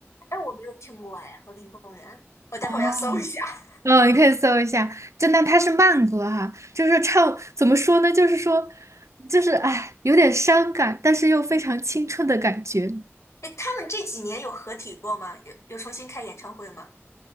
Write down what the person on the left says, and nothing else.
哎，我没有听过哎，《和平公园》，我待会儿要搜一下。
<laughs>
哎，他们这几年有合体过吗？有有重新开演唱会吗？